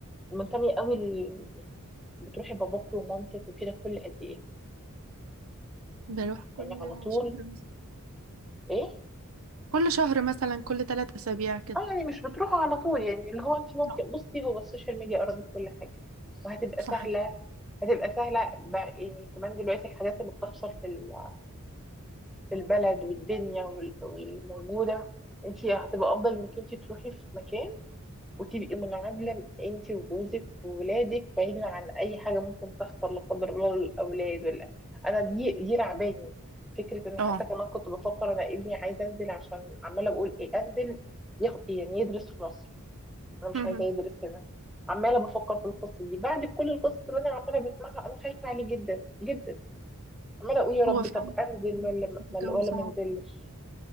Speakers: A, in the centre; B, on the right (about 65°).
A: منتمية قوي ل- بتروحي باباكي ومامتك وكده كل قد ايه
B: بروح كل
A: يعني على طول
B: شهر مثلا
A: ايه
B: كل شهر مثلا كل ثلاث أسابيع كده
A: اه يعني مش بتروحوا على طول يعني اللي هو انت ممكن
B: لا
A: بصي هو السوشيال ميديا قربت كل حاجة وهتبقى
B: صح
A: سهلة هتبقى سهلة بقى يعني كمان دلوقتي الحاجات اللي بتحصل في ال البلد والدنيا وال- والموجودة انت هتبقى افضل انك انت تروحي في مكان وتبقي منعزله انت وجوزك وولادك بعيدا عن اي حاجه ممكن تحصل لا قدر الله للاولاد ولا انا دي دي رعباني فكره ان حتى
B: اه
A: كمان كنت بفكر انا ابني عايز انزل عشان عماله بقول ايه انزل ياخ- يعني يدرس في مصر انا مش
B: مهم.
A: عايزه يدرس هنا عماله بفكر في القصه دي بعد كل القصص اللي انا عماله بسمعها انا خايفه عليه جدا جدا عماله اقول يا ربي
B: هو فعلا
A: طب انزل ولا ولا
B: الجو
A: ولا
B: صعب
A: ما انزلش